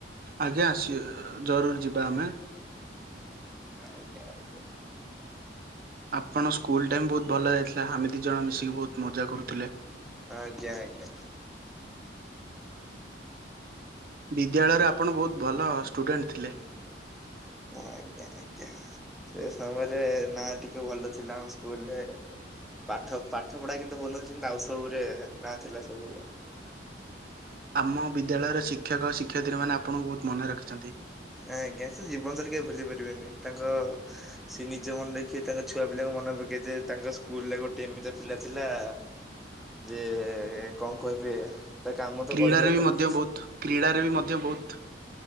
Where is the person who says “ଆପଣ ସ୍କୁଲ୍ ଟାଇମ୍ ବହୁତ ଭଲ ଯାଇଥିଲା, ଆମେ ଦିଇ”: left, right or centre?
Right